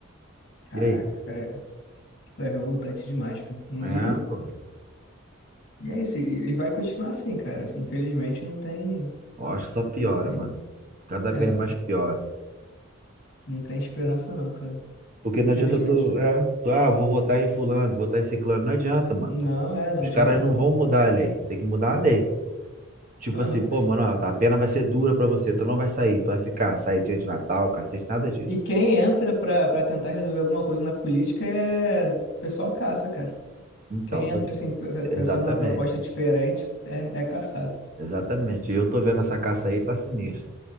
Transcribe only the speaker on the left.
Caraca,
cara. Pô, É revoltante demais, cara. Não-
E, é-
e é isso. E, e vai continuar assim, cara. Assim, infelizmente não tem.
Não tem.
É.
Não tem esperança não, cara.
Infelizmente.
Não, é, não
adianta
não.
Aham.
E quem entra pra, pra tentar resolver alguma coisa na política é... O pessoal caça, cara.
Quem
entra, assim, pe- pensando
numa proposta diferente, é, é caçado.